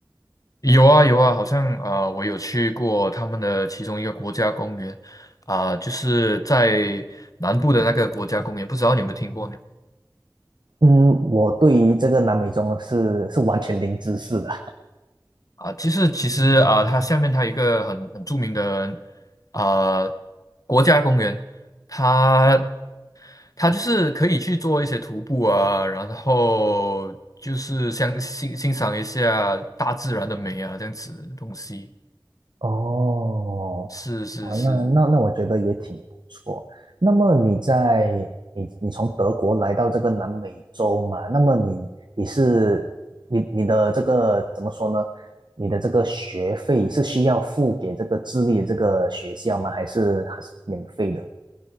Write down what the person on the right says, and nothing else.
嗯，我对于这个南美洲呢是是完全零知识的。
哦，
哇，那那那我觉得也挺不错。那么你在你你从德国来到这个南美洲嘛？那么你你是你你的这个怎么说呢？你的这个学费是需要付给这个智利的这个学校吗？还是还是免费的？